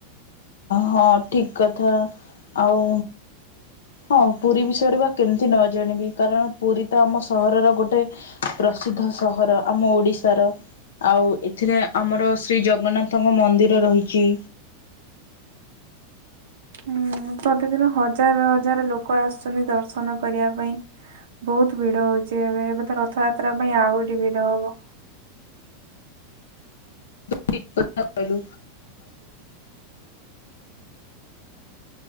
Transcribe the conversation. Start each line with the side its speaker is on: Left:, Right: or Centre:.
Left: ହଁ ଠିକ କଥା ଆଉ ହଁ ପୁରୀ ବିଷୟରେ ବା କେମିତି ନ ଜାଣିବି, କାରଣ ପୁରୀ ତ ଆମ ସହରର ଗୋଟେ ପ୍ରସିଦ୍ଧ ସହର ଆମ ଓଡ଼ିଶାର। ଆଉ ଏଥିରେ ଆମର ଶ୍ରୀ ଜଗନ୍ନାଥଙ୍କ ମନ୍ଦିର ରହିଚି।
Right: ହୁଁ ପ୍ରତିଦିନ ହଜାର ହଜାର ଲୋକ ଆସୁଚନ୍ତି ଦର୍ଶନ କରିବା ପାଇଁ। ବହୁତ ଭିଡ଼ ହଉଚି ଏବେ, ଏବେ ତ ରଥଯାତ୍ରା ପାଇଁ ଆଉରି ଭିଡ଼ ହବ।
Left: ଟିକ୍ କଥା କହିଲୁ।